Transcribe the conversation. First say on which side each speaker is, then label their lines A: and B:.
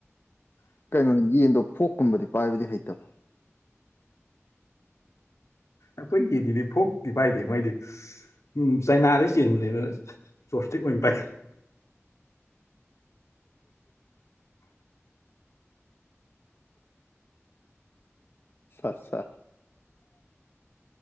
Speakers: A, on the left; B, on the left.
A: ꯀꯩꯅꯣ ꯌꯦꯟꯗꯣ ꯐꯣꯛ ꯀꯨꯝꯕꯗꯤ ꯄꯥꯏꯕꯗꯤ ꯍꯩꯇꯕ
B: ꯑꯩꯈꯣꯏꯒꯤꯗꯤꯗꯤ ꯐꯣꯛꯇꯤ ꯄꯥꯏꯗꯦ ꯃꯣꯏꯗꯤ ꯎꯝ ꯆꯥꯏꯅꯥꯗꯩ ꯆꯦꯟꯕꯅꯦ ꯑꯗꯨꯅ ꯆꯣꯞꯁꯇꯤꯛ ꯑꯣꯏꯅ ꯄꯥꯏ
A: ꯑꯁꯥ